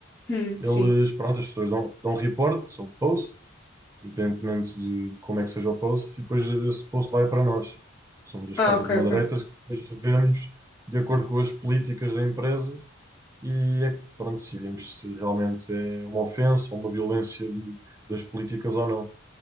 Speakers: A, on the left; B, on the right.
A: Hum,
B: Eles,
A: sim.
B: pronto, as pessoas dão, dão report, são post, independentemente de, de como é que seja o post, e depois esse post vai para nós, que somos os
A: Ah,
B: content
A: ok,
B: moderators,
A: ok.
B: que depois revemos de acordo com as políticas da empresa e é que, pronto, decidimos se realmente é uma ofensa ou uma violência de- das políticas ou não.